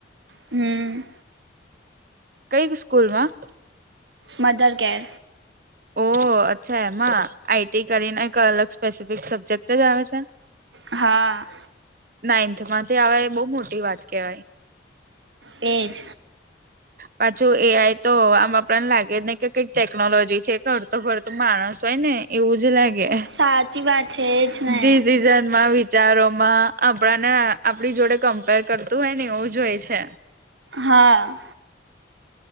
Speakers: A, on the right (about 70°); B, on the right (about 50°).
A: હમ્મ
B: કઈ સ્કૂલમાં
A: મઘર કેર
B: ઓ અચ્છા એમાં આઈટી કરીને, એક અલગ સ્પેસિફિક સબ્જેક્ટ આવે છે.
A: હા
B: નાઈન્થ માંથી આવે એ બોવ મોટી વાત કેવાય.
A: એજ
B: પાછું એ. આઈ. તો આમ આપડા ન લાગે જ નહી કે કઈક ટેકનોલોજી છે, એ તો હરતો-ફરતો માણસ હોય ને એવું જ લાગે,
A: સાચી વાત છે એજ ને
B: ડિસિઝનમાં બી વિચારોમાં આપણા ને આપડી જોડે કમ્પેર કરતું હોય ને એવું જ હોય છે.
A: હા